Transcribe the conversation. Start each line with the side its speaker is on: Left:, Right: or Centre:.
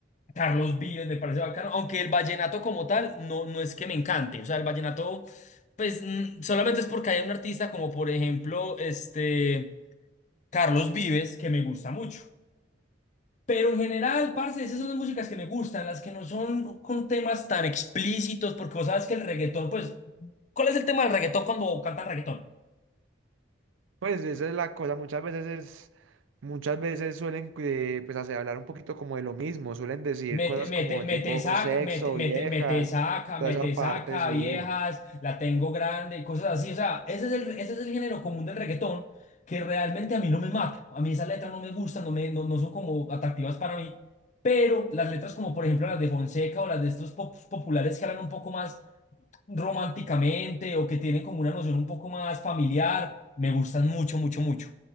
Left: Carlos Vives me parece bacano, aunque el vallenato como tal no, no es que me encante, o sea, el vallenato, pues mm, solamente es porque hay un artista como por ejemplo, este, Carlos Vives, que me gusta mucho. Pero en general, parce, esas son las músicas que me gustan, las que no son con temas tan explícitos, porque vos sabes que el reggaetón, pues, ¿cuál es el tema del reggaetón cuando cantan reggaetón?
Right: Pues esa es la cosa. Muchas veces es, muchas veces suelen eh, pues hacer hablar un poquito como de lo mismo. Suelen decir
Left: Mete,
Right: cosas
Left: mete,
Right: como
Left: mete,
Right: tipo
Left: saca,
Right: sexo,
Left: mete, mete,
Right: viejas,
Left: mete, saca,
Right: toda
Left: mete,
Right: esa parte,
Left: saca,
Right: sí.
Left: viejas, la tengo grande y cosas así. O sea, ese es el, ese es el género común del reggaetón que realmente a mí no me mata. A mí esas letras no me gustan, no, me, no, no son como atractivas para mí. Pero las letras como, por ejemplo, las de Fonseca o las de estos pop- populares que hablan un poco más románticamente o que tienen como una noción un poco más familiar, me gustan mucho, mucho, mucho.